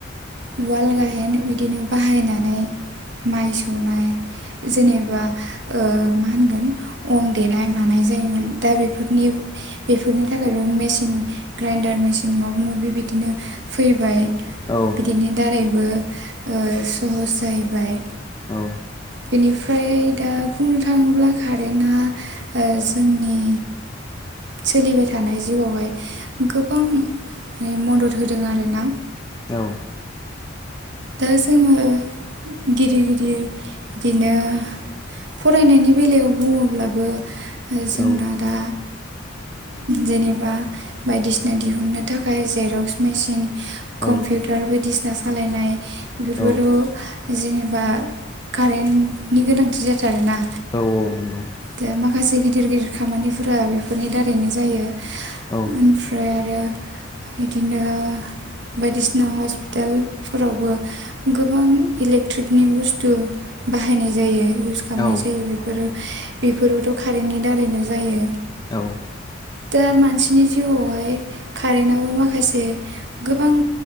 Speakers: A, on the right; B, on the left.
A: उवाल-गाहेन बिदिनो बाहायनाय नाय माइ सौनाय जेनेबा मा होनगोन अन देनाय मानाय जायोमोन दा बेफोर नि बेफोरनि थाखाय बे मेसिन ग्राइन्डार मेचिन माबा माबि बिदिनो फैबाय।
B: औ
A: बिनि दारैबो सहस जाहैबाय।
B: औ
A: बेनिफ्राय दा बुंनो थाङोब्ला कारेन्टआ जोंनि सोलिबाय थानाय जिउआवहाय गोबां माने मदद होदों आरोना।
B: औ
A: दा जोङो गिदिर-गिदिर बिदिनो फरायनायनि बेलायाव बुङोब्लाबो जोंना
B: औ
A: दा जेनेबा बायदिसिना दिहुननो थाखाय जेर'क्स मेसिन
B: औ
A: कम्पिउ टार बायदिसिना सालायनाय बेफोरोथ
B: औ
A: जेनेबा कारेन्टनि गोनांथि जाथारो ना
B: औ औ नंगौ
A: दा माखासे गिदिर-गिदिर खामानिफोरा बेफोरनि दारैनो जायो।
B: औ
A: ओमफ्राय आरो बिदिनो बायदिसिना हस्पिटालफोरावबो गोबां इलेक्ट्रिकनि बुस्थु बाहायनाय जायो इस गामनाय
B: औ
A: जायो बेफोरो बेफोरबोथ' कारेन्टनि दारैनो जायो।
B: औ
A: दा मानसिनि जिउआवहाय कारेन्टाबो माखासे गोबां